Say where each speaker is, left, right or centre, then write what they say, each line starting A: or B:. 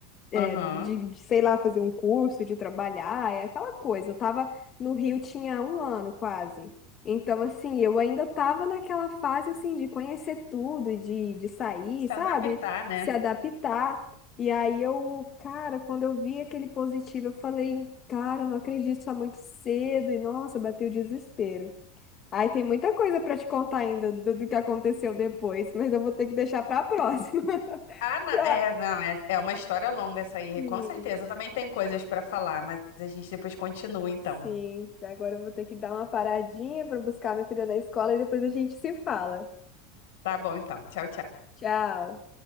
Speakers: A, on the left; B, on the left.
A: é,
B: Aham.
A: de, de, sei lá, fazer um curso, de trabalhar, é aquela coisa. Eu tava no Rio tinha um ano quase. Então, assim, eu ainda tava naquela fase, assim, de conhecer tudo, de, de sair,
B: Se
A: sabe?
B: adaptar, né?
A: Se adaptar. E aí eu, cara, quando eu vi aquele positivo, eu falei, cara, eu não acredito, tá muito cedo. E, nossa, bateu o desespero. Aí tem muita coisa pra te contar ainda do, do que aconteceu depois, mas eu vou ter que deixar pra próxima. <laughs>
B: Ah, não, é,
A: E
B: não, é, é uma história longa essa aí,
A: a-
B: com certeza. Também tem coisas pra falar, mas a gente depois continua então.
A: Sim, agora eu vou ter que dar uma paradinha para buscar minha filha na escola e depois a gente se fala.
B: Tá bom, então. Tchau, tchau.
A: Tchau.